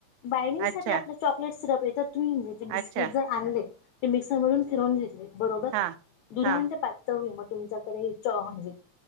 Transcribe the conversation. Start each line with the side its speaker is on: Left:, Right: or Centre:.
Left: बायणींगसाठी
Right: अच्छा
Left: आपलं चॉकलेट सिरप येत तुम्ही म्हज बिस्किट
Right: अच्छा
Left: आणले ते मिक्सर मधून फिरवून घेतले बरोबर
Right: हां
Left: दुधांत
Right: हां
Left: पातई मग तुमचा कडे च हांज